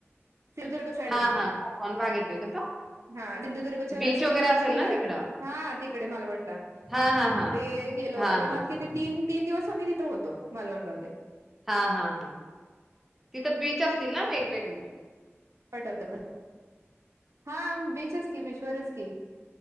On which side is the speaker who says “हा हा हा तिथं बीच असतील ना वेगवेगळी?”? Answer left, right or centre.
Centre